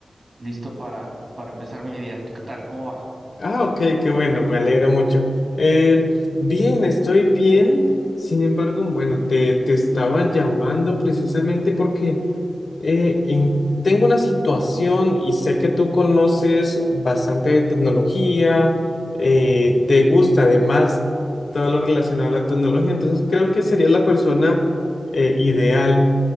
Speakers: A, on the right; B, on the left.
A: listo para, para empezar mi día. ¿Tú qué tal? ¿Cómo va?
B: Ah, ok, qué bueno, me alegra mucho. Eh, bien, estoy bien. Sin embargo, bueno, te, te estaba llamando precisamente porque eh, en- tengo una situación y sé que tú conoces bastante de tecnología, eh, te gusta además todo lo relacionado a la tecnología, entonces creo que sería la persona eh, ideal